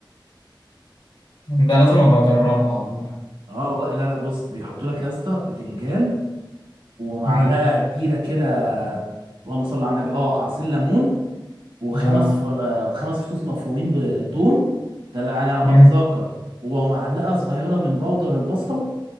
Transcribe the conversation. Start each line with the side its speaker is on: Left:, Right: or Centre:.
Left: ده لازم أبقى أجربها والله
Right: اه والله لا لا بص بيحطوا لك يا اسطى بتنجان ومعلقة
Left: مم.
Right: كبيرة كده اللهم صل على النبي اه عصير ليمون وخمس
Left: اه
Right: ف... آه، وخمس فصوص مفرومين بثوم ده لا- يعني على
Left: مم.
Right: ما اتذكر ومعلقه صغيره من بودر البصل